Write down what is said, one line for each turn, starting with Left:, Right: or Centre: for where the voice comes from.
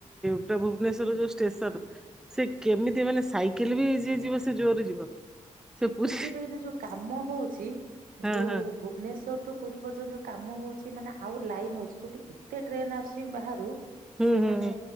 Centre: ପୁରା ଭୁବନେଶ୍ଵର ଯୋଉ ଷ୍ଟେସନ। ସେ କେମିତି ମାନେ ସାଇକେଲ ବି ଯିଏ ଯିବ ସେ ଜୋରରେ ଯିବ। ସେ ପୁରୀ
Right: ସିଏ ବା ଏଇନା ଯୋଉ କାମ ହଉଛି
Centre: ହଁ
Right: ଯୋଉ
Centre: ହଁ
Right: ଭୁବନେଶ୍ଵରଠୁ ପୁରୀ ପର୍ଯ୍ୟନ୍ତ ଯୋଉ କାମ ହଉଛି ମାନେ ଆଉ ଲାଇନ ହଉଛି ଯୋଉଠି ଏତେ ଟ୍ରେନ ଆସୁଛି ବାହାରୁ
Centre: ହୁଁ
Right: ସିଏମାନେ
Centre: ହୁଁ